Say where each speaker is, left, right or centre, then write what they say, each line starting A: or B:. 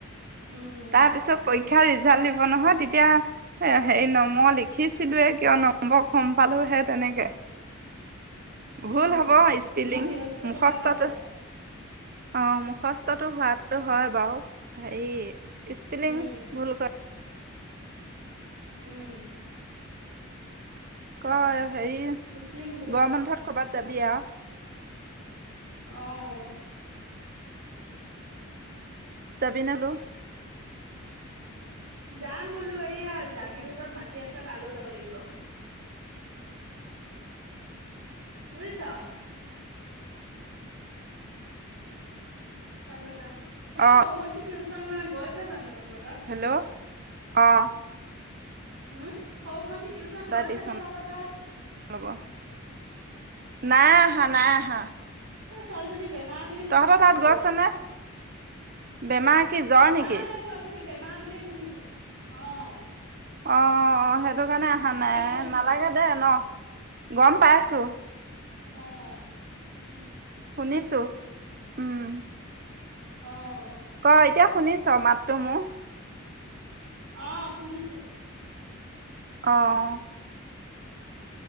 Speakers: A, on the right (about 70°); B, on the right (about 45°).
A: উম
B: তাৰপিছত পৰি ক্ষাৰ ৰিজাল্ট দিব নহয় তেতিয়া হেৰি নম মই লিখিছিলোয়ে কিয় নম্বৰ কম পালোঁ হে তেনেকে।
A: উম,
B: ভুল হ'ব
A: উম,
B: স্পেলিং
A: আমাৰ বৃহস্পতিবাৰৰ
B: মুখস্থটো
A: পৰা আছে।
B: অ', মুখস্ কষ্টটো হোৱটোতো হয় বাৰু। সেই স্পেলিং
A: উম
B: ভুল কৰে।
A: উম।
B: ক হেৰি
A: স্পেলিং ভুল হয়
B: গৰম বন্ধত কৰ'বাত যাবি আৰু?
A: আহ।
B: যাবি নলো?
A: যাম বোলো এইয়া জাগিৰোদত মাটি আছে তালৈ যাব লাগিব। বুজিছা। চল যাম। এ
B: অ
A: সৌ ভণ্টিটো নাই গৈছে জানো? তহঁতৰ তাত
B: হেল্ল' আহ।
A: উম স ভণ্টি টিউশচন
B: তাই
A: গৈছে
B: টিউচন
A: নে তহত তাত?
B: <unintelligible> নাই
A: অ
B: আহা নাই আহা।
A: তাই ছোৱালীজনী‌‌ বেমাৰ বুলি শুনিছো,
B: তহঁতৰ তাত গৈছে নে বেমাৰ কি জ্বৰ নেকি?
A: নাই তাই ছোৱালীজনী বে বেমাৰ বুলি শুনিছো, অঁ।
B: অ সেই সেইটো কাৰণে অহা নাই
A: ছোৱালীজনী
B: নালাগে
A: অ
B: দে ন গম পাইছো
A: অহ
B: শুনিছো উম
A: অ'।
B: ক' এতিয়া শুনিছ' মাতটো মোৰ।
A: অ', শুনিছোঁ।
B: অ'।